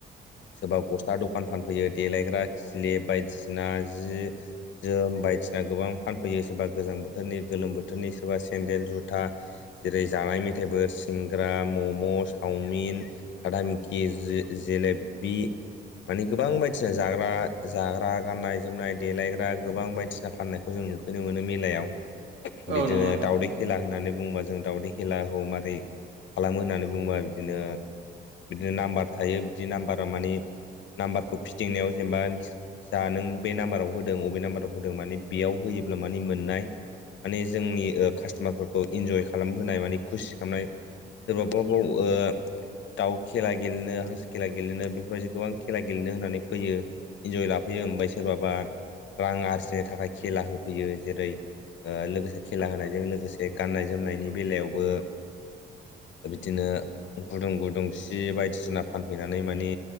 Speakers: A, on the left; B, on the right.
A: सोरबा गस्ला दखान फानफैयो देलायग्रा, खिलिब बायदिसिना जि जोम बायदिसिना गोबां फानफैयो सोरबा गोजां बोथोरनि गोलोम बोथोरनि सोरबा सेन्देल, जुथा जेरै जानाय मेथाइफोर सिंग्रा, मम, चावमिन काता नेमकि जेलेबिओ मानि गोबां बायदिसिना जाग्रा जाग्रा गाननाय-जोमनाय देलायग्रा गोबां बायदिसिना फाननाय खौ जों नुफैनो मोनो मेलायाव
B: औ
A: बिदिनो
B: नंगौ नोंथां
A: दावदै खेला होननानै बुङोबा जों दावदै खेलाखौ मारै खालामो होननानै बुङोबा बिदिनोओ बिदिनो नाम्बार थायो बिदि नाम्बारा माने नाम्बारखौ फिथिंनायाव जेनेबा जा नों बे नाम्बाराव होदों अबे नाम्बाराव होदों माने बेयाव होयोब्ला माने मोननाय माने जोंनि कास्टमारफोरखौ इन्जय खालामहोनाय माने खुसि खालामनायो सोरबाबा बाव दाउ खेला गेलेनो हांसो खेला गेले गेलेनो बेफोरबायदि गोबां खेला गेलेनो होननानै फैयो इन्जय लाफैयो ओमफ्राय सोरबाबाओ रां आरजिनो थाखाय खेला होफैयो जेरैयो लोगोसे खेला होनायजों लोगोसे गाननाय जोमनायनि बेलायावबो बिदिनो गुदुं गुदुं सि बायदिसिना फान फैनानै मानै